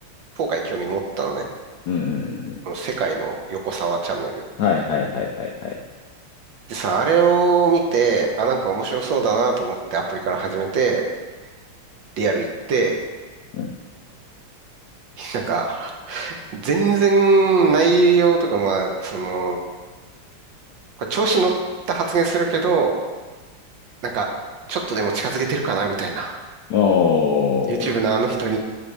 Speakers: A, on the right; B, on the left.
A: 効果に興味持ったのね。
B: うん。
A: この世界の横沢チャンネル。
B: はいはいはいはいはい。
A: でさ、あれを見て、あ、なんか面白そうだなと思ってアプリから始めて、リアル行って、
B: うん。
A: なんか、全然内容とか、まあ、その、これ調子乗った発言するけど、なんか、ちょっとでも近づけてるかなみたいな。
B: おー。
A: YouTube のあの人に。